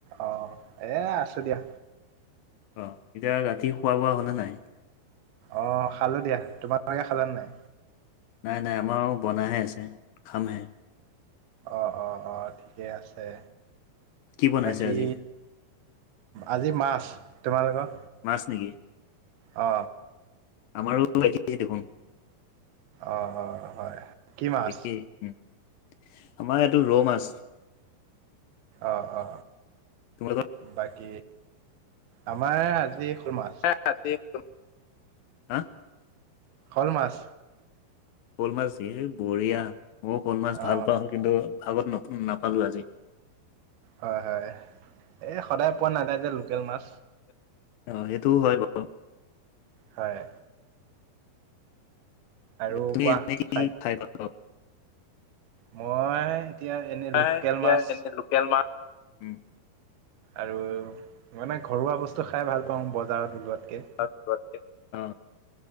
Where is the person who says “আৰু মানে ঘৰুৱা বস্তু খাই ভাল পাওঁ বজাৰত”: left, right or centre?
Right